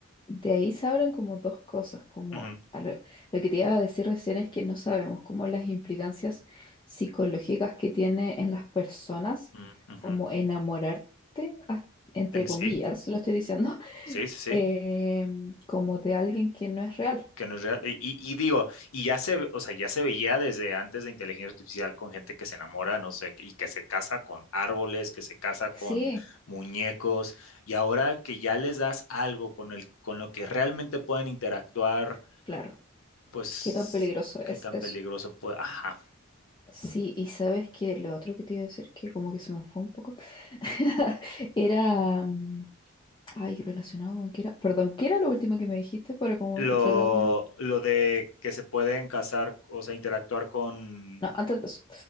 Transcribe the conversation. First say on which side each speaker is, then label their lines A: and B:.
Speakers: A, on the left; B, on the left.
A: de ahí se abren como dos cosas, como
B: Ujú,
A: a lo, lo que te iba a decir recién es que no sabemos como las implicancias psicológicas que tiene en las personas,
B: mm, ujú.
A: como enamorarte, as- entre
B: En- Sí,
A: comillas, lo estoy diciendo, <laughs>
B: sí, sí, sí.
A: eh, como de alguien que no es real.
B: que no es real. Y, y, digo, y ya se, o sea, ya se veía desde antes de inteligencia artificial con gente que se enamora, no sé, y que se casa con árboles, que se casa con
A: Sí,
B: muñecos, y ahora que ya les das algo con el, con lo que realmente pueden interactuar,
A: claro,
B: pues,
A: qué tan peligroso es
B: qué tan
A: eso.
B: peligroso puede, ajá.
A: Sí, y sabes que lo otro que te iba a decir, que como que se me fue un poco, <laughs> era... mm, Ay, relacionado con qué era. Perdón, ¿qué era lo último que me dijiste para como
B: Lo,
A: tratar de.
B: lo de que se pueden casar, o sea, interactuar con,
A: No, antes de eso.